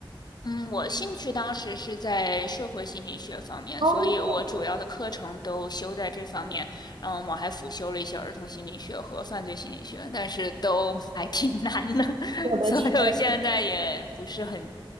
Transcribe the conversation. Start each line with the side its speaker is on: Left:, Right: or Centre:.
Left: 嗯，我兴趣当时是在社会心理学方面，
Right: 哦
Left: 所以我主要的课程都修在这方面。然后我还辅修了一些儿童心理学和犯罪心理学，但是都 <laughs> 还挺难的，<laughs>
Right: 我的天，
Left: 所以我现在也不是很